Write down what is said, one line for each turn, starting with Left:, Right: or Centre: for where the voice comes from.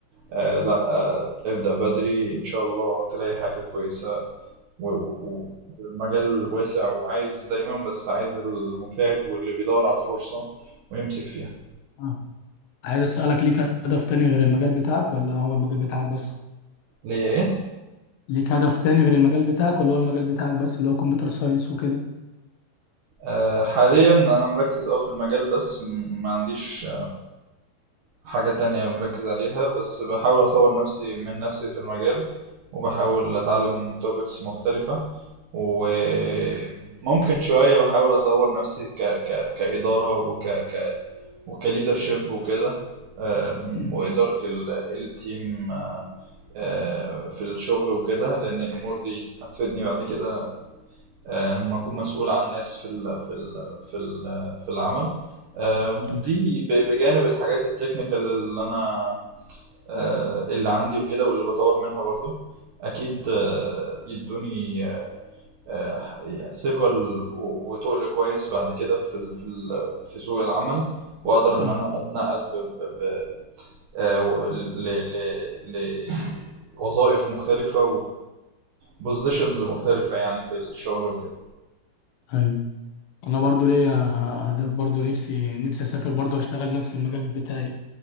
Right: آه لا آه ابدأ بدري إن شاء الله تلاقي حاجة كويسة و... و... والمجال واسع وعايز دايما بس عايز المجتهد واللي بيدور على الفرصة ويمسك فيها
Left: آه. عايز اسالك ليك هدف تاني غير المجال بتاعك ولا هو المجال بتاعك بس
Right: ليا ايه؟
Left: ليك هدف تاني غير المجال بتاعك ولا هو المجال بتاعك بس اللي هو كمبيوتر ساينس وكده
Right: آه، حاليا انا مركز اه في المجال بس م- ما عنديش حاجة تانية مركز عليها بس بحاول أطور نفسي من نفسي في المجال وبحاول أتعلم topics مختلفة وممكن شوية بحاول أطور نفسي ك... ك... كإدارة وك... ك... وكليدرشيب وكده أم،
Left: مم.
Right: وإدارة ال- التيم أه، أه، في الشغل وكده لأن الأمور دي هتفيدني بعد كده أه، لما أكون مسؤول عن ناس في ال... في ال... في ال... في العمل أم،
Left: صح
Right: دي ب- بجانب الحاجات التكنيكال اللي انا آه، اللي عندي وكده واللي بطور منها برضو اكيد آه، يدوني آه، يعني ثقة ل- و- وتقل كويس بعد كده في ال- في ال- في سوق العمل واقدر
Left: صح
Right: ان انا اتنقل ب ب ب آه، و- ل ل لوظائف مختلفة وبوزيشنز مختلفة يعني في الشغل وكده
Left: ايوه. انا برضو ليا اهداف برضو نفسي نفسي اسافر برضو اشتغل نفس المجال بتاعي